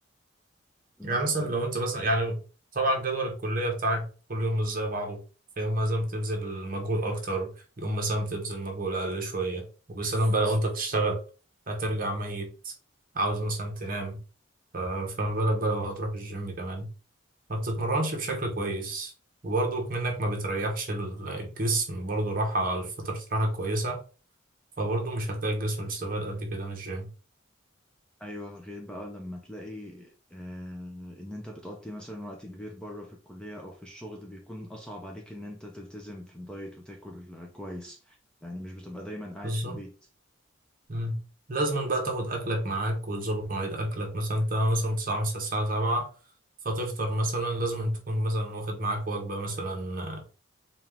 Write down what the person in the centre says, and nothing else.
مم،
طيب
ايوه غير بقى لما تلاقي آه ان انت بتقضي مثلا وقت كبير بره في الكليه او في الشغل بيكون اصعب عليك ان انت تلتزم في الدايت وتاكل كويس يعني مش بتبقى دايما قاعد
في البيت